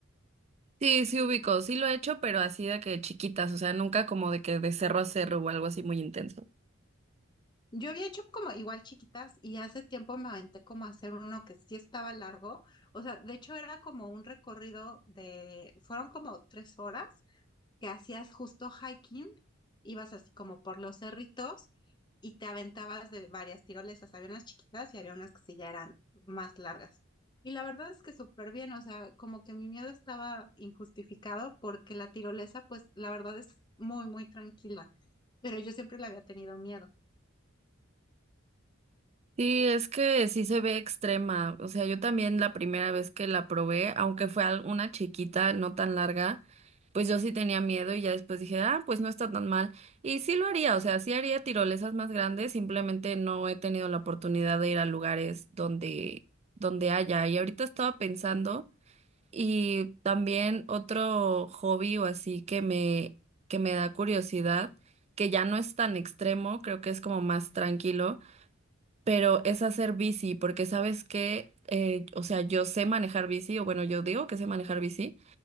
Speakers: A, on the right; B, on the left.
A: Sí, sí ubico, sí lo he hecho, pero así de que chiquitas, o sea, nunca como de que de cerro a cerro o algo así muy intenso.
B: Yo había hecho como igual chiquitas y hace tiempo me aventé como a hacer uno que sí estaba largo. O sea, de hecho era como un recorrido de, fueron como tres horas que hacías justo hiking, ibas así como por los cerritos y te aventabas de varias tirolesas. Había unas chiquitas y había unas que sí ya eran más largas. Y la verdad es que súper bien, o sea, como que mi miedo estaba injustificado porque la tirolesa, pues la verdad es muy, muy tranquila, pero yo siempre le había tenido miedo.
A: Sí, es que sí se ve extrema. O sea, yo también la primera vez que la probé, aunque fue al- una chiquita, no tan larga, pues yo sí tenía miedo y ya después dije, ah, pues no está tan mal. Y sí lo haría, o sea, sí haría tirolesas más grandes, simplemente no he tenido la oportunidad de ir a lugares donde, donde haya. Y ahorita estaba pensando, y también otro hobby o así que me, que me da curiosidad, que ya no es tan extremo, creo que es como más tranquilo pero es hacer bici, porque sabes que, eh, o sea, yo sé manejar bici, o bueno, yo digo que sé manejar bici,